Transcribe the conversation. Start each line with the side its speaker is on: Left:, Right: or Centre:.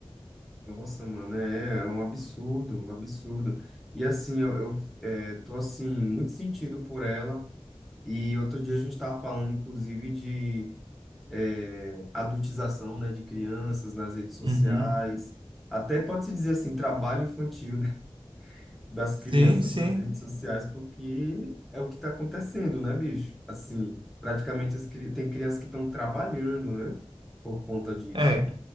Centre: nossa, mano, é, é um absurdo, um absurdo. E assim, eu, eu é, tô assim, muito sentido por ela. E outro dia a gente tava falando, inclusive, de é, adultização, né, de crianças nas redes sociais,
Right: Uhum.
Centre: até pode-se dizer assim, trabalho infantil, né, das crianças
Right: Sim, sim.
Centre: nas redes sociais, porque é o que está acontecendo, né, bicho? Assim, praticamente as, cri- tem crianças que estão trabalhando, né, por conta disso.
Right: É,